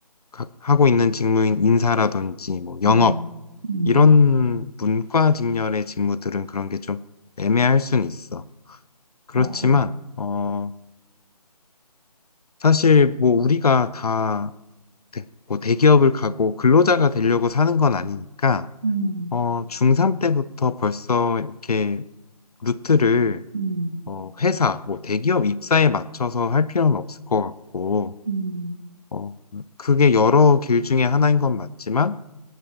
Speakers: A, on the left; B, on the right.
A: 각- 하고 있는 직무인 인사라든지, 뭐, 영업,
B: 음, 음,
A: 이런 문과 직렬의 직무들은 그런 게 좀 애매할 순 있어. 그렇지만,
B: 맞아.
A: 어, 사실 뭐 우리가 다 대- 뭐 대기업을 가고 근로자가 되려고 사는 건 아니니까,
B: 음,
A: 어, 중3 때부터 벌써 이렇게 루트를
B: 음,
A: 어, 회사, 뭐 대기업 입사에 맞춰서 할 필요는 없을 것 같고,
B: 음,
A: 어, 그게 여러 길 중에 하나인 건 맞지만,